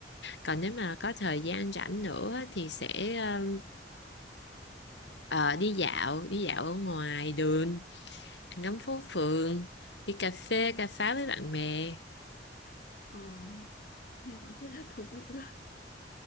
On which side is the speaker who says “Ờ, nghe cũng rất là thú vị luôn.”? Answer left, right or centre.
Left